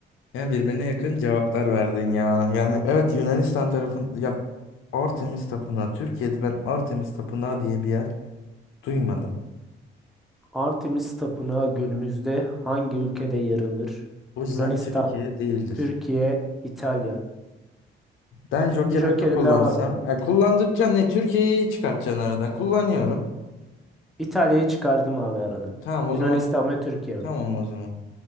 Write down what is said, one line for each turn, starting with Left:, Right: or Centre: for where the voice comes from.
Left: Yani birbirine yakın cevaplar verdin ya. Yani evet Yunanistan tarafın ya Artemis Tapınağı. Türkiye'de ben Artemis Tapınağı diye bir yer duymadım.
Centre: Artemis Tapınağı günümüzde hangi ülkede yer alır?
Left: O yüzden
Centre: Yunanistan,
Left: Türkiye değildir.
Centre: Türkiye, İtalya.
Left: Ben Joker
Centre: Bir jokerin
Left: hakkı kullansam.
Centre: daha var bu arada.
Left: Ya kullandıkça ne Türkiye'yi çıkartacaksın aradan. Kullanıyorum.
Centre: İtalya'yı çıkardım abi aradan.
Left: Tamam o
Centre: Yunanistan
Left: zaman.
Centre: ve Türkiye
Left: Tamam
Centre: var.
Left: o zaman.